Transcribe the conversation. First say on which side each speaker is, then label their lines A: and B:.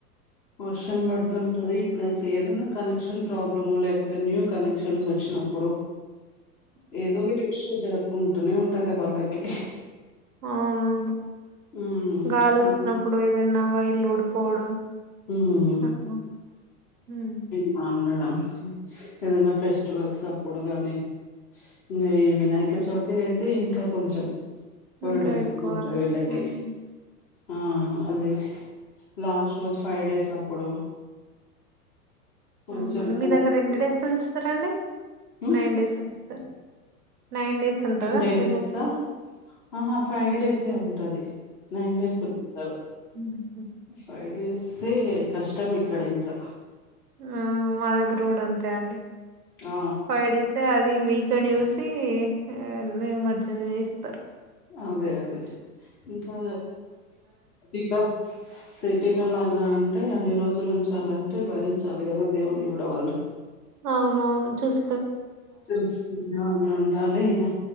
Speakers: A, on the left (about 15°); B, on the right (about 80°).
A: వర్షం పడుతుంటది ప్లస్ ఏదన్న కనెక్షన్ ప్రాబ్లము లేకపోతే న్యూ కనెక్షన్స్ వచ్చినప్పుడు
B: హు
A: ఏదో ఒకటి ఇష్యూ జ ఉంటనే ఉంటది వాళ్ళకి
B: అవునవును
A: హ్మ్.
B: గాలొచ్చినప్పుడు
A: అది
B: ఏదన్న వైర్లు ఊడిపోవడం
A: ఉమ్ హ్
B: అగ్గొ ఉమ్
A: మా అండడం ఏదన్న ఫెస్టివల్స్ అప్పుడు గాని ఇంగ ఈ వినాయక చవితి అయితే ఇంకా కొంచెం బర్డెన్
B: ఇంకా ఎక్కువ
A: ఎక్కువుంటది వీళ్ళకి
B: హ్మ్.
A: ఆ అదే లాస్ట్ రోజు ఫైవ్ డేస్ అప్పుడు కొంచెం
B: అవునండి మీ
A: వాళ్ళకి
B: దగ్గర ఎన్నిడేస్ ఉంచుతరండి
A: హ్మ్.
B: నైన్ డేస్ ఉంచుతరు నైన్ డేస్ ఉంటదా
A: డేసా?
B: వినాయ్
A: అహా ఫైవ్ డేసే ఉంటుంది నైన్ డేస్ ఉంచరు
B: హుహు.
A: ఫైవ్ డేసే కష్టం ఇక్కడ ఇంకా
B: ఆ మా దగ్గర కూడ అంతే అండి
A: ఆ
B: టు డేసే అది వీకెండ్ చూసి ఆ నిమజ్జన చేస్తరు
A: అదే అదే ఇంకా <unintelligible>
B: ఆ
A: సిటీలో లాగా అంటే అన్ని రోజులు ఉంచాలంటే భరించాలి గదా దేవున్ని గూడ వాళ్ళు
B: అవునవును చూస్
A: చూసుకునే వాళ్ళు ఉండాలి ఇగ